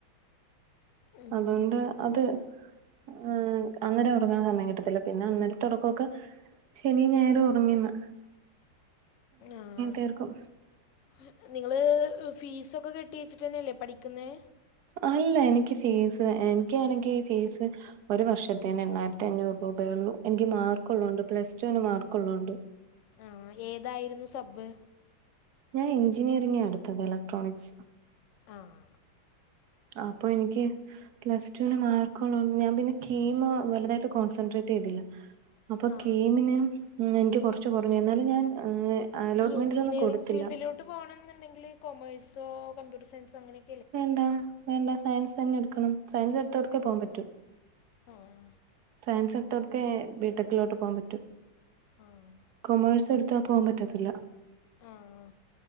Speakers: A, on the left (about 65°); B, on the right (about 60°).
A: ഉം.
B: അതോണ്ട് അത് ഏഹ് അന്നേരം ഒറങ്ങാൻ സമയം കിട്ടത്തില്ല പിന്നെ അന്നേരത്തെ ഒറക്കൊക്കെ ശനിം ഞായറും ഒറങ്ങിന്ന്
A: ആഹ്
B: തീർക്കും
A: ഏഹ് നിങ്ങള് ഫീസൊക്കെ കെട്ടി വെച്ചിട്ടന്നെയല്ലേ പഠിക്കുന്നേ
B: അല്ല എനിക്ക് ഫീസ് എനിക്കാണെങ്കി ഫീസ് ഒരു വർഷത്തേന് എണ്ണായിരത്തി അഞ്ഞൂറ് രൂപയൊള്ളൂ എനിക്ക് മാർക്ക് ഉള്ളോണ്ട് പ്ലസ് ടുവിന് മാർക്ക്ള്ളോണ്ട്
A: ആഹ് ഏതായിരുന്നു സബ്
B: ഞാൻ എഞ്ചിനീയറിംഗാ എടുത്തത് എലക്ട്രോണിക്സ്
A: ആഹ്
B: അപ്പൊ എനിക്ക് പ്ലസ്ടുവിന് മാർക്ക്ള്ളോണ്ട് ഞാൻ പിന്നെ കീമ് വലുതായിട്ട് കോൺസെൻട്രേറ്റ് ചെയ്തില്ല അപ്പൊ
A: ആ
B: കീമിന് എനിക്ക് കുറച്ച് കുറഞ്ഞു എന്നാലും ഞാൻ അലോട്ട്മെന്റിലൊന്നും
A: ഈ എഞ്ചിനീയറിംഗ്
B: കൊടുത്തില്ല
A: ഫീൽഡിലോട്ട് പോണംന്നുണ്ടെങ്കില് കൊമേഴ്സോ കമ്പ്യൂട്ടർ സയൻസോ അങ്ങനെക്കെ
B: വേണ്ട വേണ്ട സയൻസ് തന്നെ എടുക്കണം സയൻസ് എടുത്തവർക്കെ പോവാൻ പറ്റൂ
A: ആഹ്
B: സയൻസ് എടുത്തോർക്കെ ബിട്ടെക്കിലോട്ട് പോവാൻ പറ്റൂ
A: ആഹ്
B: കൊമേഴ്സ് എടുത്താ പോവാൻ പറ്റത്തില്ല
A: ആഹ്